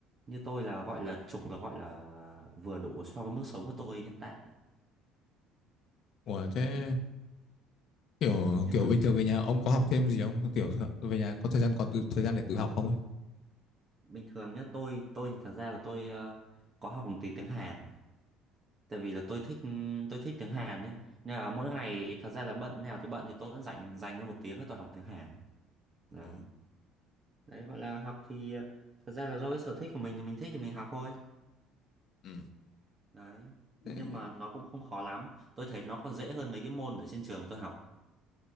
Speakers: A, on the right; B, on the left.
A: như tôi là gọi là trục là gọi là vừa đủ so với mức sống của tôi hiện tại
B: Ủa
A: đấy
B: thế kiểu
A: như
B: kiểu
A: thật
B: bình thường về nhà ông có học thêm gì không kiểu về nhà có thời gian còn tự thời gian để tự học không ấy
A: bình thường nhá tôi tôi thì thật ra là tôi ờ, có học một tí tiếng Hàn tại vì là tôi thích tôi thích tiếng Hàn nhé nên là mỗi ngày thật ra là bận nào thì bận thì tôi vẫn dành dành ra một tiếng để tôi học tiếng Hàn đấy
B: Ờ.
A: đấy gọi là học thì ờ, thật ra là do cái sở thích của mình là mình thích thì mình học thôi
B: ừ.
A: đấy nhưng
B: thế,
A: mà nó cũng không khó lắm tôi thấy nó còn dễ hơn mấy cái môn ở trên trường tôi học